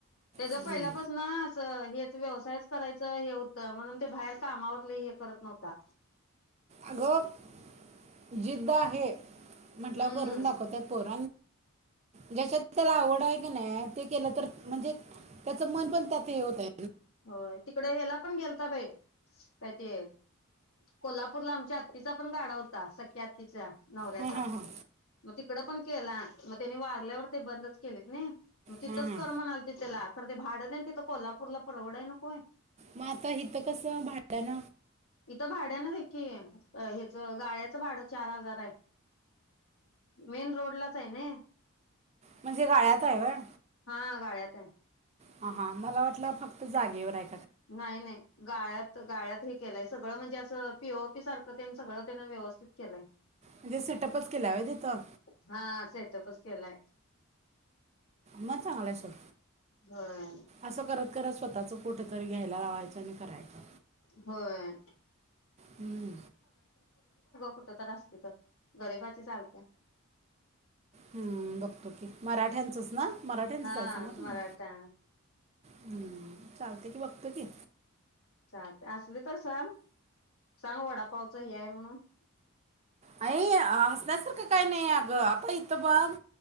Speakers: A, on the left (about 80°); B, on the right (about 30°).
A: तेच
B: हम्म.
A: पहिल्यापसन आस हे. व्यवसायच करायचं हे होत म्हणून ते बाहेर कामावर लई हे करत नव्हता.
B: अगं जिद्द आहे म्हटल्याव
A: हम्म
B: करून दाखवत्यात पोर ज्याच्यात त्याला आवड आहे की नाय ते केलं तर म्हणजे त्याच मन पण त्यात हे होतय.
A: होय तिकड हेला पण गेल ता बाई काय ते कोल्हापूरला, आमच्या आत्तीचा पण गाडा होता सख्या आत्तीचा नवऱ्याचा
B: हा हा हा!
A: मग तिकडं पण केला, मग तेनी वारल्यावर ते बंदच केलीत नई. मग तिथंच
B: हां हां
A: कर म्हणालती त्यला. खरं ते भांडतेन तिथं कोल्हापूरला परवडाय नको होय
B: मग आता इथं कसं भांडयान?
A: इथं भाड्यानच हे की, हेच गाळ्याचं भाडं चार हजार हाय, मेन रोडलाच हायनी
B: म्हणजे गाळ्यात हाय व्हय?
A: हा गाळ्यात हाय.
B: हा हा मला वाटलं फक्त जागेवर हाय.
A: नाही नाही. गाळ्यात गाळ्यात हे केलाय सगळं म्हणजे असं पी ओ पी सारखं तेन सगळं तेन व्यवस्थित केलाय.
B: म्हणजे सेटअपच केलाय होय तिथं?
A: हा सेटअपच केलाय.
B: म चांगलाय सोड.
A: होय
B: असं करत करत स्वतःच कुठं तरी घ्यायला लावायचं आणि करायचं.
A: होय
B: हम्!
A: कुठंतर असली तर, गरिबाची चालत्या.
B: हम्म बघतो की मराठ्यांचच ना? मराठ्यांचंच
A: हा
B: आहे सांगा तुम्ही
A: मराठा.
B: हम्म चालतंय कि बघतो कि
A: चालतंय आसली तर सांग सांग वडापावचं हे हाय म्हणून
B: आई ह हसण्यासारखं काय नाही अगं आता इथं बघ